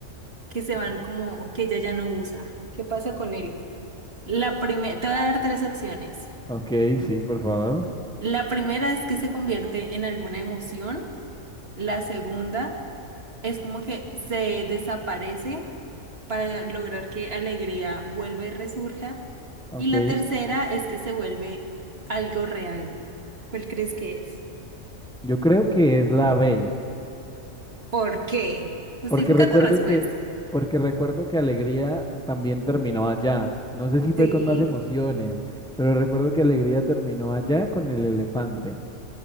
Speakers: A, on the right (about 50°); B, in the centre.
A: que se van como que ella ya no usa. ¿Qué pasa con él? La primera, te voy a dar tres opciones.
B: Ok, sí, por favor.
A: La primera es que se convierte en alguna emoción. La segunda es como que se desaparece para lograr que alegría vuelva y resurja.
B: Ok.
A: Y la tercera es que se vuelve algo real. ¿Cuál crees que es?
B: Yo creo que es la B.
A: ¿Por qué? Justifica
B: Porque recuerdo
A: tu respuesta.
B: que, porque recuerdo que Alegría también terminó allá. No sé si fue
A: Sí,
B: con más emociones, pero recuerdo que Alegría terminó allá con el elefante.